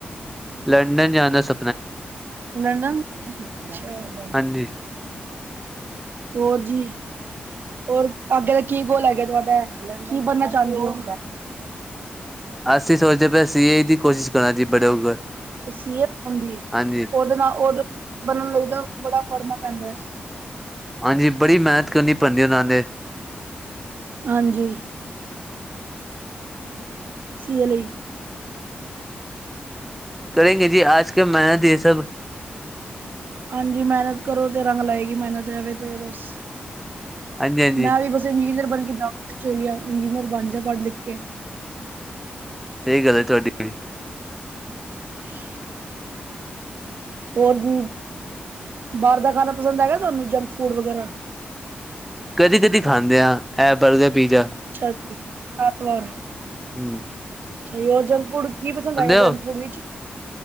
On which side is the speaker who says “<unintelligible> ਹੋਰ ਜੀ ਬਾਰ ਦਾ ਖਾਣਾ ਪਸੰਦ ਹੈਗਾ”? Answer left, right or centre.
Right